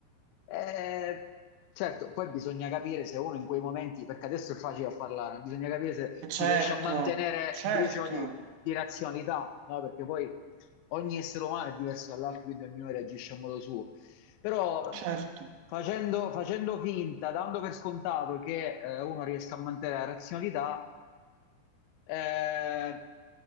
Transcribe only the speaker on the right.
Certo,
certo,
certo.